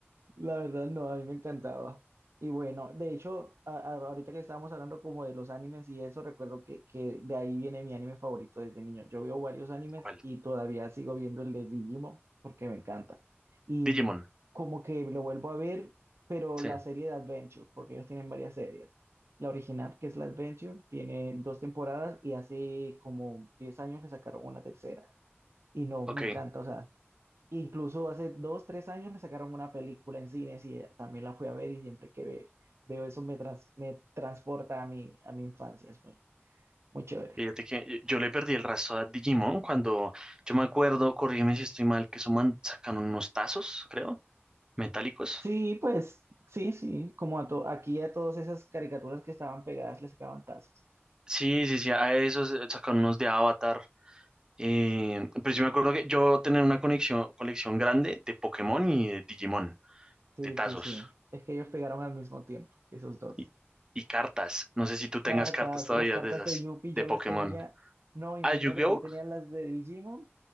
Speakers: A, on the right; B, on the right.
A: La verdad, no, a mí me encantaba. Y bueno, de hecho, a- a- ahorita que estábamos hablando como de los animes y eso, recuerdo que, que de ahí viene mi anime favorito desde niño. Yo veo varios animes
B: ¿Cuál?
A: y todavía sigo viendo el de Digimon porque me encanta. Y
B: Digimon,
A: como que lo vuelvo a ver, pero
B: sí,
A: la serie de Adventure, porque ellos tienen varias series. La original, que es la Adventure, tiene dos temporadas y hace como 10 años le sacaron una tercera. Y no,
B: ok.
A: me encanta, o sea, incluso hace dos, tres años le sacaron una película en cines y también la fui a ver y siempre que ve- veo eso me, trans- me transporta a mi, a mi infancia, es muy, muy chévere.
B: Fíjate que yo le perdí el rastro a Digimon cuando, yo me acuerdo, corrígeme si estoy mal, que suman, sacaron unos tazos, creo metálicos
A: Sí, pues, sí, sí, como a to- aquí a todas esas caricaturas que estaban pegadas les sacaban tazos.
B: Sí, sí, sí, a esos eh, sacaron unos de Avatar. eh, pero yo me acuerdo que yo tenía una conexión, colección grande de Pokémon y de Digimon,
A: Sí,
B: de tazos
A: sí, sí, es que ellos pegaron al mismo tiempo, esos dos.
B: y, y cartas. No sé si tú tengas
A: Cartas,
B: cartas todavía
A: las cartas
B: de esas,
A: de Yuppie
B: de
A: yo
B: Pokémon.
A: las tenía, no, imagínate
B: Ah, Yu-Gi-Oh!
A: que yo tenía las de Digimon